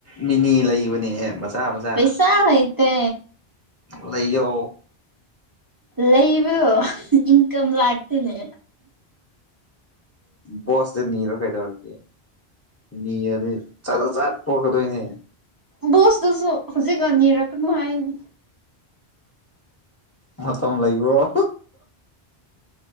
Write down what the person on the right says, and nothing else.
ꯄꯩꯁꯥ ꯂꯩꯇꯦ
ꯂꯩꯕꯗꯣ ꯏꯟꯀꯝ ꯂꯥꯛꯇꯦꯅꯦ
ꯕꯣꯁꯇꯨꯁꯨ ꯍꯧꯖꯤꯛꯀꯥꯟ ꯅꯤꯔꯛꯀꯅꯨ ꯍꯥꯏꯌꯦꯅꯦ